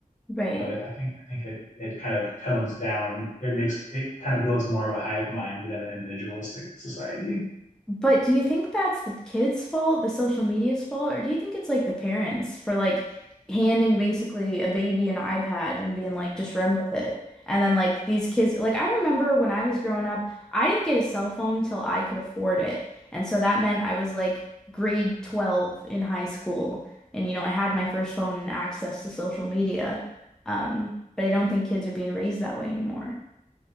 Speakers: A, in the centre; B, on the left.
A: right.
B: Uh, but I think I think it, it kind of tones down. It makes it kind of builds more of a hive mind than an individualistic society.
A: But do you think that's the kids' fault, the social media's fault, or do you think it's like the parents for like handing basically a baby an iPad and being like, just run with it? And then like these kids, like I remember when I was growing up, I didn't get a cell phone till I could afford it. And so that meant I was like grade 12 in high school. And you know, I had my first phone and access to social media. Um, but I don't think kids are being raised that way anymore.